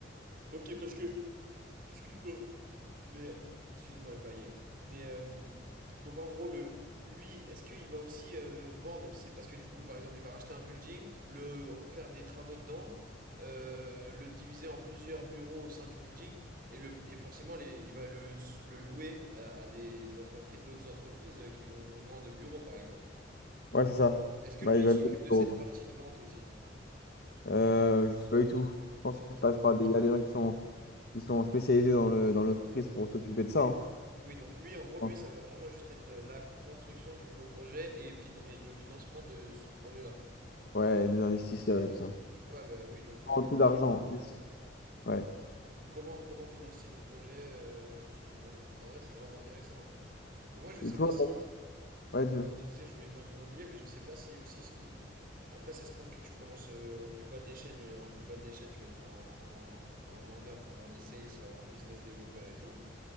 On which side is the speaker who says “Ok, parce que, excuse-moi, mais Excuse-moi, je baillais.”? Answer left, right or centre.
Right